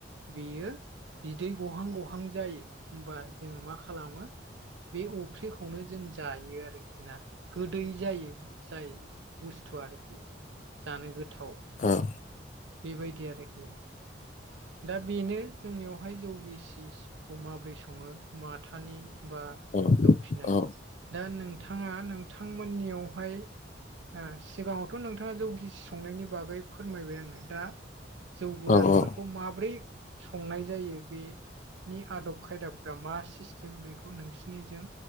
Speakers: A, on the right; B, on the left.
A: बियो बिदै गहां गहां जायो होमबा जोङो मा खालामो बे अफ्रिखौनो जों जायो आरोखि ना गोदै जायो जाय बुस्थु आरोखि जानो गोथाव
B: औ
A: बेबायदि आरोखि दा बेनो जोंनियावहाय जौगिसिखौ माबोरै सङो माथानि बा
B: औ
A: जौफिनाय
B: औ
A: दा नोंथा ङा नोंथांमोननियावहाय ओ सिगाङावथ' नोंथाङा जौ गिसि संनायनि बागै फोरमायबाय आङो दा जौ गोरानफो
B: औ
A: <unintelligible> माब्रै संनाय जायो बेनि आदब खायदाफ मा सिस जों बेखौ नोंसिनि जों